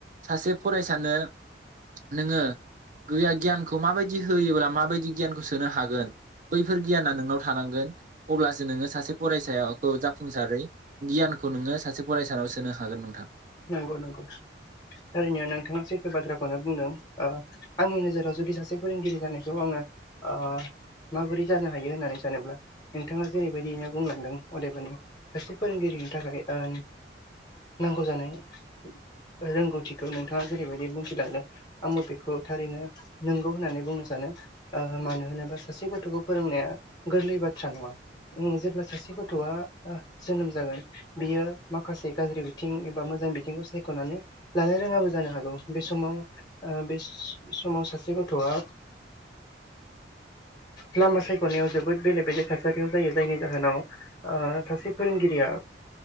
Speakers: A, on the right; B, on the left.
A: सासे फरायसानो नोङो गैया गियानखौ माबायदि होयोब्ला माबायदि गियानखौ सोनो हागोन बैफोर गियाना नोंनाव थानांगोन अब्लासो नोङो सासे फरायसाखौ जाफुंसारै गियानखौ नोङो सासे फरायसानाव सोनो हागोन नोंथां
B: नंगौ नंगौ थारैनोनो नोंथाङा सैथो बाथ्राखौनो बुंदों ओ आंनि नोजोराव जुदि सासे फोरोंगिरि जानायखौ आङो ओ माबोरै जानो हायो होननानै सानोब्ला नोंथाङा जेरैबायदिनो बुंलांदों अदेबानि सासे फोरोंगिरिनि थाखाय ओ नांगौ जानाय रोंगौथिखौ नोंथाङा जेरैबायदि बुंथिलांदों आंबो बेखौ थारैनो नोंगौ होननानै बुंनो सानो मानो होनोबा सासे गथ'खौ फोरोंनाया गोरलै बाथ्रा नङा जेब्ला सासे गथ'आ जोनोम जागोन बियो माखासे गाज्रि बिथिं एबा मोजां जों बिथिंखौ सायख'नानै लानो रोङाबो जानो हागौ बे समाव बे समाव सासे गथ'आ लामा सायख'नायाव जोबोद बेले बेले थासारियाव जायो जायनि जाहोनाव ओ सासे फोरोंगिरिया